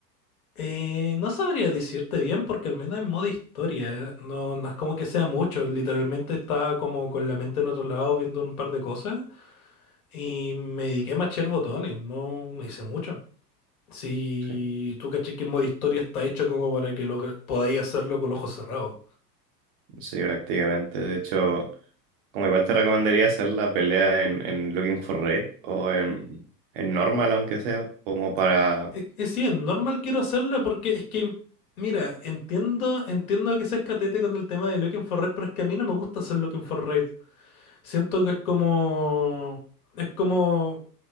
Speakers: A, on the left (about 60°); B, on the right (about 35°).
A: Eh, no sabría decirte bien porque al menos en modo historia ¿eh? no, no es como que sea mucho, literalmente estaba como con la mente en otro lado viendo un par de cosas y me dediqué a machar botones, no me hice mucho. Si
B: Sí,
A: tú caché que en modo historia está hecho como para que lo que- podáis hacerlo con los ojos cerrados.
B: sí, prácticamente. De hecho, como igual te recomendaría hacer la pelea en, en Looking for Raid o en, en Normal, aunque sea, como para...
A: Es, es sí, es normal quiero hacerla porque es que, mira, entiendo, entiendo que seas catete con el tema de Looking for Red, pero es que a mí no me gusta hacer Looking for Red. Siento que es como. Es como.